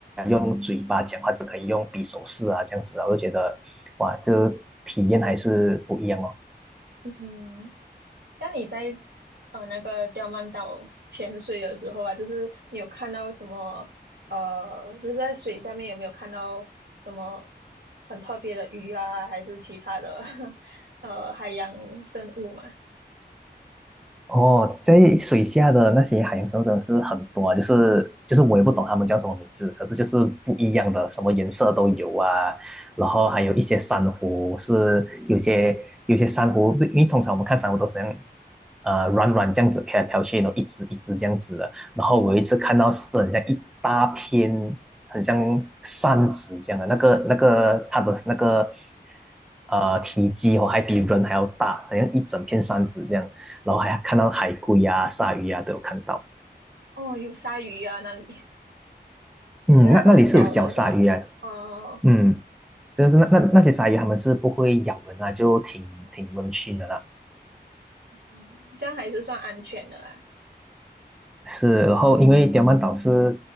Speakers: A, in the centre; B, on the right.
A: 用嘴巴讲话，只可以用比手势啊这样子啊，我就觉得哇，这体验还是不一样哦。
B: 嗯，那你在呃那个刁曼岛潜水的时候啊，就是你有看到什么呃，就是在水下面有没有看到什么很特别的鱼啊，还是其他的 <laughs> 呃海洋生物嘛？
A: 哦，在水下的那些海洋生物真的是很多啊，就是就是我也不懂它们叫什么名字，可是就是不一样的，什么颜色都有啊。然后还有一些珊瑚是有些有些珊瑚，因为通常我们看珊瑚都是这样，呃，软软这样子飘来飘去，然后一只一只这样子的。然后我有一次看到是很像一大片，
B: 嗯，
A: 很像扇子这样的，那个那个它的那个呃体积哦，还比人还要大，好像一整片扇子这样。然后还看到海龟啊、鲨鱼啊都有看到。
B: 哦，有鲨鱼啊，那里 <laughs>
A: 嗯，
B: 是那种小的是吗？
A: 那那里是有小鲨鱼啊，
B: 哦，
A: 嗯，但是那那那些鲨鱼它们是不会咬人啊，就挺挺温驯的啦。
B: 嗯，这样还是算安全的啦。
A: 是，然后因为刁曼岛是